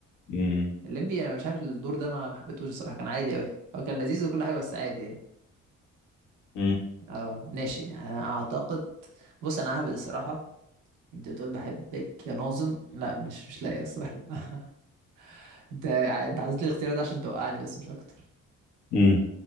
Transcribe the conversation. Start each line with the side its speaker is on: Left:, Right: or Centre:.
Left: امم
Right: الليمبي انا مش عارف الدور ده ما ما حبيتهوش الصراحه كان عادي قوي هو كان لذيذ وكل حاجه بس عادي يعني
Left: امم
Right: اه ماشي يعني انا اعتقد بص انا ههبد الصراحه انت بتقول بحبك يا ناظم لا مش مش لاقي اصلا <laughs> انت انت حطيت لي الاختيار ده عشان توقعني بس مش اكتر
Left: أمم.